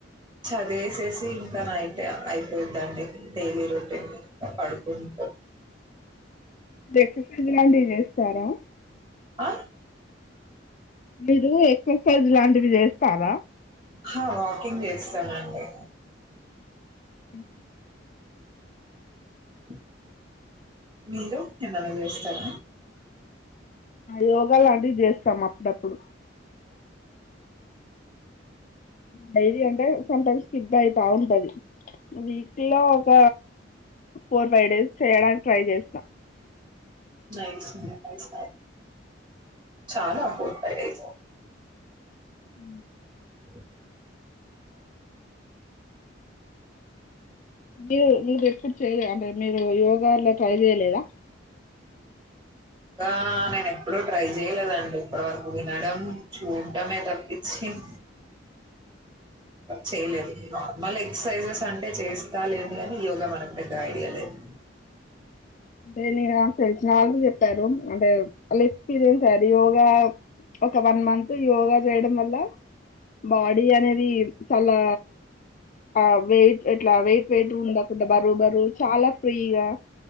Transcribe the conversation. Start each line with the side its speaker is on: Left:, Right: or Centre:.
Right: చదివేసేసి ఇంకా నైట్ అయిపోద్దండి డైలీ రొటీన్ పడుకుంట
Left: ఎక్సర్సైజ్ లాంటివి చేస్తారా
Right: ఆ
Left: మీరు ఎక్సర్సైజ్ లాంటివి చేస్తారా
Right: హా వాకింగ్ చేస్తానండి
Left: ఉ
Right: ఉ మీరు ఏమన్నా చేస్తార
Left: యోగా లాంటివి చేస్తాం అప్పుడప్పుడు డైలీ అంటే సంటైమ్స్ స్కిప్ అయితా ఉంటది వీక్ లో ఒక ఫోర్ ఫైవ్ డేస్ చేయడానికి ట్రై చేస్తా
Right: నైస్ నైస్ చాలా అపో టైము
Left: ఉ
Right: అ
Left: మీరు మీరు ఎప్పుడు చేయలే అంటే మీరు యోగాలో ట్రై చేయలేదా?
Right: ఆ నేను ఎప్పుడూ ట్రై చేయలేదండి. ఇప్పటి వరకు వినడం చూడటం ఏ తప్ప. ఇచ్చమ్ చేయలేదు నార్మల్ ఎక్సర్సైజెస్ అంటే చేస్తా లేండి. గాని యోగా మనకు పెద్ద ఐడియా లేదు.
Left: అంటే నే నాకు తెలిసిన వాళ్ళకి చెప్పారు. అంటే వాళ్ళ ఎక్స్పీరియన్స్ అది యోగా ఒక వన్ మంత్ యోగా చేయడం వల్ల బాడీ అనేది చాలా ఆ వెయిట్ ఎట్లా వెయిట్ వెయిట్ ఉండకుండా బరువు బరువు చాలా ఫ్రీగా